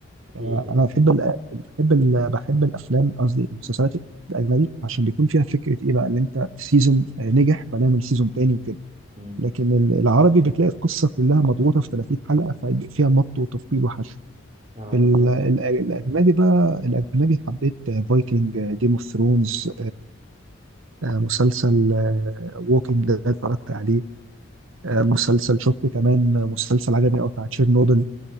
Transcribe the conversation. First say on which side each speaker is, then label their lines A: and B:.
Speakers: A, on the right; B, on the right.
A: كتير
B: آه، انا
A: اه
B: بحب ال بحب ال بحب الافلام قصدي المسلسلات الاجنبي عشان بيكون فيها فكره ايه بقى اللي انت سيزون نجح فنعمل سيزون تاني وكده
A: امم
B: لكن ال- العربي بتلاقي القصه كلها مضغوطه في 30 حلقه فيبقى فيها مط وتطويل وحشو
A: اه
B: في ال-
A: بالظبط
B: ال- الاجنبي بقى الاجنبي حبيت فايكنج جيم اوف ثرونز مسلسل ووكينج ده اتفرجت عليه آه، مسلسل شفت كمان مسلسل عجبني قوي بتاع تشيرنوبل